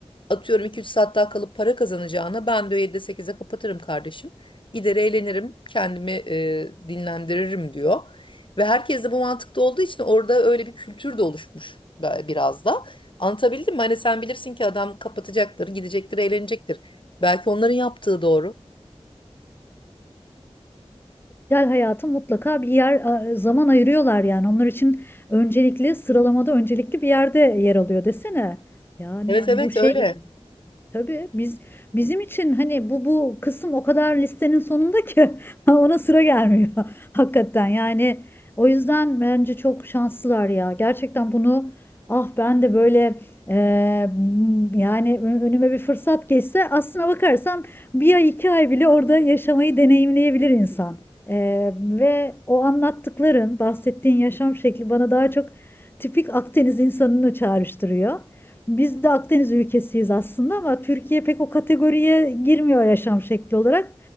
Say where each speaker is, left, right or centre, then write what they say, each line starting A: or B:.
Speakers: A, on the left; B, on the left.
A: atıyorum iki üç saat daha kalıp para kazanacağına ben diyor 7'de 8'e kapatırım kardeşim. Gider eğlenirim, kendimi e, dinlendiririm diyor. Ve herkes de bu mantıkta olduğu için orada öyle bir kültür de oluşmuş biraz da. Anlatabildim mi? Hani sen bilirsin ki adam kapatacaktır, gidecektir, eğlenecektir. Belki onların yaptığı doğru.
B: Sosyal hayatı mutlaka bir yer a- zaman ayırıyorlar yani. Onlar için öncelikli sıralamada öncelikli bir yerde yer alıyor desene. Yani
A: Evet evet
B: bu şey
A: öyle.
B: Tabii biz bizim için hani bu bu kısım o kadar listenin sonunda ki <laughs> ona sıra gelmiyor <laughs> hakikaten. Yani o yüzden bence çok şanslılar ya. Gerçekten bunu ah ben de böyle eee, yani ö- önüme bir fırsat geçse aslına bakarsam bir ay iki ay bile orada yaşamayı deneyimleyebilir insan. Eee, ve o anlattıkların bahsettiğin yaşam şekli bana daha çok tipik Akdeniz insanını çağrıştırıyor. Biz de Akdeniz ülkesiyiz aslında ama Türkiye pek o kategoriye girmiyor yaşam şekli olarak.